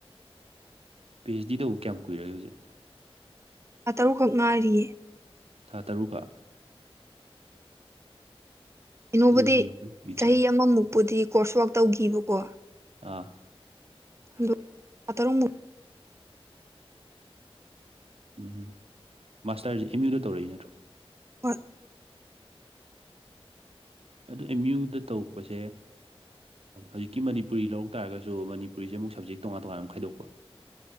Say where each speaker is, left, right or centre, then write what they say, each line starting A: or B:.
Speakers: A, on the right (about 70°); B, on the right (about 25°).
A: ꯄꯤ ꯍ ꯗꯤ ꯇꯧꯕ ꯀꯌꯥꯝ ꯀꯨꯏꯔꯒꯦ ꯍꯧꯖꯤꯛ
B: ꯊꯥꯥ ꯇꯔꯨꯛꯈꯛ ꯉꯥꯏꯔꯤꯌꯦ
A: ꯊꯥ ꯇꯔꯨꯛ ꯀꯥ
B: ꯀꯩꯅꯣꯕꯨꯗꯤ
A: ꯑꯗꯨꯗꯤ ꯌꯥꯝ ꯀꯨꯏꯗ꯭ꯔꯤꯅꯦ
B: ꯆꯍꯤ ꯑꯃꯃꯨꯛꯄꯨꯗꯤ ꯀꯣꯔꯁ ꯋꯥꯛ ꯇꯧꯈꯤꯕꯀꯣ
A: ꯑꯥ
B: ꯗꯣ ꯊꯥ ꯇꯔꯨꯛꯃꯨꯛ
A: ꯎꯝ ꯃꯥꯁꯇꯔꯁꯦ ꯑꯦꯝ ꯌꯨꯗ ꯇꯧꯔꯛꯏ ꯅꯠꯇ꯭ꯔꯣ
B: ꯍꯣꯏ
A: ꯑꯗꯨ ꯑꯦꯝ ꯌꯨꯗ ꯇꯧꯔꯛꯄꯁꯦ ꯍꯧꯖꯤꯛꯀꯤ ꯃꯅꯤꯄꯨꯔꯤ ꯂꯧꯔꯛ ꯇꯥꯔꯒꯁꯨ ꯃꯅꯤꯄꯨꯔꯤꯁꯦ ꯑꯃꯨꯛ ꯁꯞꯖꯦꯛ ꯇꯣꯉꯥꯟ ꯇꯣꯉꯥꯟꯨ ꯈꯥꯏꯗꯣꯛꯄ꯭ꯔꯣ